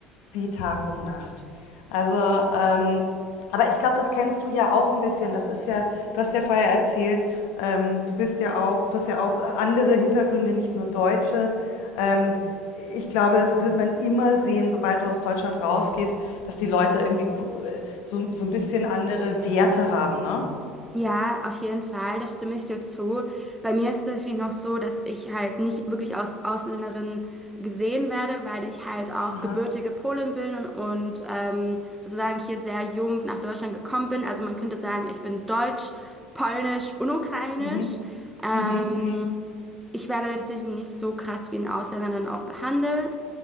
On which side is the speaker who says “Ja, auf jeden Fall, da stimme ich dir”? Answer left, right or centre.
Centre